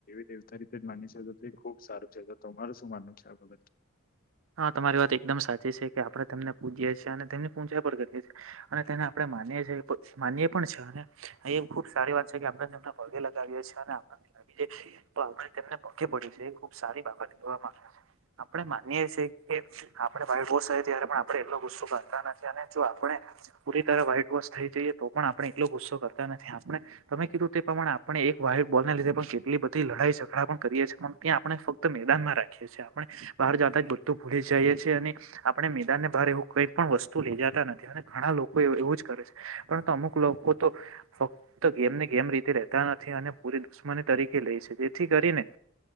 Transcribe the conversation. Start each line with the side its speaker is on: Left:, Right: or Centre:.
Left: દેવતા રીતે જ માનીએ છે, ત તે ખુબ સારું છે, તો તમારું શું માનવું છે આ બાબત?
Right: હા તમારી વાત એકદમ સાચી છે કે આપડણે તેમને પૂછએ છીએ અને તેમની પૂંછા પર કરીએ છીએ અને તેને આપણે માની પણ છે અને ખુબ સારી વાત છે આપણેને પગે લગાવીએ છીએ અને આપ તો આપણે તેમને પગે પડીયે છે, ખુબ સારી બાબત કેવામા આપણે મા ને છે કે આપણે <unintelligible> તયારે પણ આપણે એટલો ગુસ્સો કરતા નથી અને જો આપણે પુરી વ્હાઈટ વોશ થઈ જઈએ તો પણ આપણે એટલો ગુસ્સો કરતા નથી. આપણે તમે કીધું તે પ્રમાણે આપણે એક વ્હાઈટ બોલ ના લીધે પણ કેટલી બધી લડાઈ ઝઘડા પણ કરીએ છે, પણ ત્યા આપણે ફક્ત મેદાનમાં રાખીએ છીએ આપણે બહાર જા તા જ બધું ભૂલી જાયે છે અને આપણે મેદાન ને બાર એવું કઈ પણ વસ્તુ લે જાતા નથી અને ઘણા લોકો એ એવું જ કરે છે, પરતુ અમુક લોકો તો ફક્ત ગેમને ગેમ રીતે રેતા નથી અને પૂરી દુશમની તરીકે લે છે, જેથી કરીને